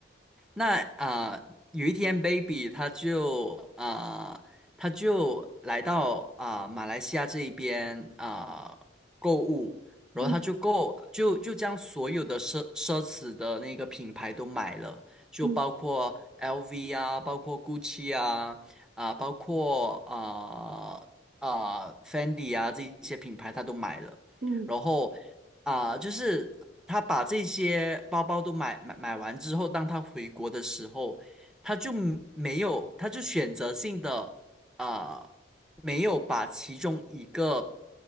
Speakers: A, in the centre; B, on the right.
A: 那啊、呃有一天，baby 他就啊、呃他就来到啊、呃马来西亚这一边啊、呃购物，然后他就购就就将所有的奢奢侈的那个品牌都买了，
B: 嗯
A: 就包括
B: 嗯
A: LV 啊，包括 GUCCI 啊，啊、包括啊啊、呃呃 Fendi 啊这一些品牌他都买了，
B: 嗯，
A: 然后啊、就是他把这些包包都买买买完之后，当他回国的时候，他就没有，他就选择性的啊、没有把其中一个